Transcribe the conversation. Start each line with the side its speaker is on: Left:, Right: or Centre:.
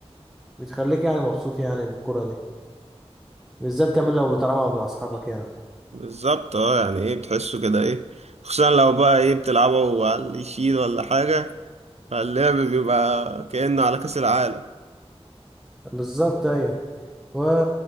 Centre: بتخليك يعني مبسوط يعني الكوره دي بالذات كمان لو بتلعبها مع اصحابك يعني
Right: بالظبط اه يعني ايه بتحسه كده ايه خصوصا لو بقى ايه بتلعبه على اللي يشيل ولا حاجة فاللعب بيبقى كأنه على كأس العالم
Centre: بالظبط ايوه و...